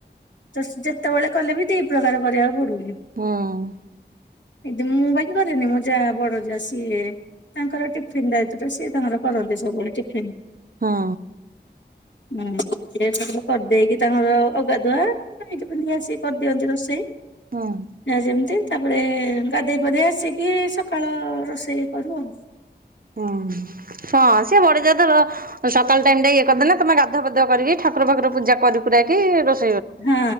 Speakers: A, on the left (about 85°); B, on the right (about 50°).
A: ତଶ୍ ଯେତେବେଳେ କଲେ ବି ଦିଇ ପ୍ରକାର କରିବାକୁ ପଡୁନି।
B: ହଁ।
A: ଦିଦି ମୁଁ ବାକି କରେନି ମୋ ଯା ବଡ ଯା ସିଏ। ତାଙ୍କର ଟିଫିନ ଦାୟିତ୍ୱରେ ସିଏ ତାଙ୍କର କରନ୍ତି ସବୁବେଳେ ଟିଫିନ।
B: ହଁ।
A: ହୁଁ ସେ ସବୁ କରିଦେଇକି ତାଙ୍କର ଅଗାଧୁଆ ନାଇ ତ। ଲିଆ ସିଏ କରିଦିଅନ୍ତି ରୋଷେଇ
B: ହୁଁ
A: ଯା ଯେମିତି ତାପରେ। ଗାଧେଇ ପାଧେଇ ଆସିକି ସକାଳ ରୋଷେଇ କରୁ ଆଉ।
B: ହଁ। ହଁ ସିଏ ବଡ ଯା ତାର ସକାଳ ଟାଇମ ଟା ଇଏ କରିଦେଲେ ତମେ ଗାଧୁଆ ପାଧୁଆ କରିକି ଠାକୁର ଫାକୁର ପୂ ପୂଜା କରି କୁରା କି ରୋଷ
A: ହଁ